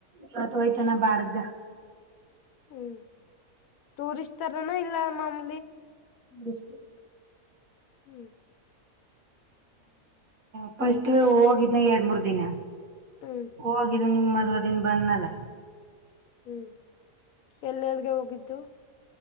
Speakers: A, on the right; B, on the left.
A: ತಾಕಹೋಯ್ತನ ಬಾಡಿಗ.
B: ಹ್ಮ್ ಟೂರಿಸರಿಸ್ಟ್ರನ ಇಲ್ಲ ಮಾಮ್
A: ಹಷ್ಟ <unintelligible>
B: ಹ್ಮ್
A: ಫಾಸ್ಟ್ ಹೋಗಿದ್ನ ಎರಡ್ ಮೂರ್ ದಿನ.
B: ಹ್ಮ್
A: ಹೋಗಿದ್ದು ನಿಮ್ಮ ಮದ್ವ ದಿನ ಬಂದ್ನಲ್ಲ
B: ಹ್ಞ ಎಲ್ ಎಲ್ ಎಲ್ಲಿಗೆ ಹೋಗಿದ್ದು?